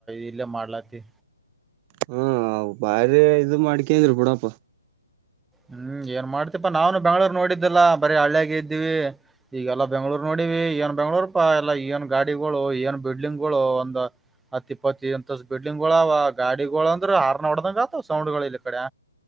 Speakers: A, in the centre; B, on the right.
A: ಇಲ್ಲೇ ಮಾಡ್ಲಾತಿ.
B: ಹು ಅವ್ ಬಾರಿ ಇದು ಮಾಡ್ಕೇನ್ದ್ರು ಬಿುಡಪ್ಪ.
A: ಹ್ಮ್ ಏನ್ ಮಾಡ್ತಿಪಾ ನಾನು ಬೆಂಗಳೂರು ನೋಡಿದ್ದಲ್ಲಾ ಬರೀ ಹಳ್ಳ್ಯಾಗ ಇದೀವಿ. ಈಗಲ್ಲಾ ಬೆಂಗ್ಳೂರ್ ನೋಡಿವಿ ಏನ್ ಬೆಂಗ್ಳೂರ್ಪಾ ಎಲ್ಲಾ ಏನ್ ಗಾಡಿಗಳು ಏನ್ ಬಿಲ್ಡಿಂಗ್ಗಳು ಒಂದ. ಅತ್ ಇಪ್ಪತ್ತ ಎಂಥದ್ ಬಿಲ್ಡಿಂಗ್ಗಳವ ಗಾಡಿಗಳಗಳು ಅಂದ್ರೆ ಹಾರ್ನ್ ನ ಹೊಡ್ದಂಗ ಆತವ ಸೌಂಡ್ಗಳು ಇಲ್ಲಿ ಕಡೆ.